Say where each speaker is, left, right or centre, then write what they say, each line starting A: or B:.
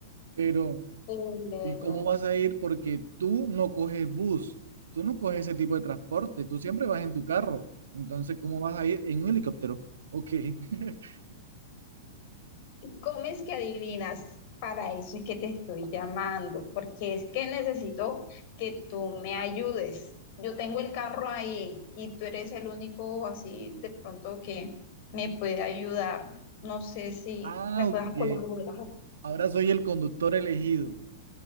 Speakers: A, on the right; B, on the left.
A: Pero
B: Pero
A: ¿Y cómo vas a ir? Porque tú no coges bus, tú no coges ese tipo de transporte, tú siempre vas en tu carro. Entonces, ¿cómo vas a ir en un helicóptero? Ok. <laughs>
B: Comes que adivinas, para eso es que te estoy llamando, porque es que necesito que tú me ayudes. Yo tengo el carro ahí y tú eres el único así de pronto que me puede ayudar. No sé si
A: Ah,
B: me puedas
A: ok.
B: colaborar.
A: Ahora soy el conductor elegido.